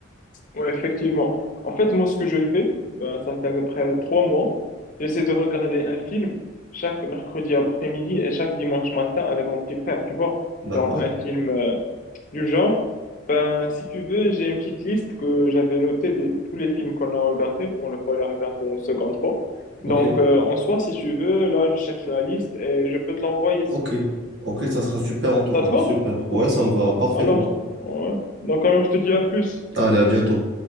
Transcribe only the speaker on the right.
D'accord?
Ok?
Ok.
Ok, ça sera super en tout
cas.
Super. Ouais, ça me va
parfaitement.
Allez, à bientôt.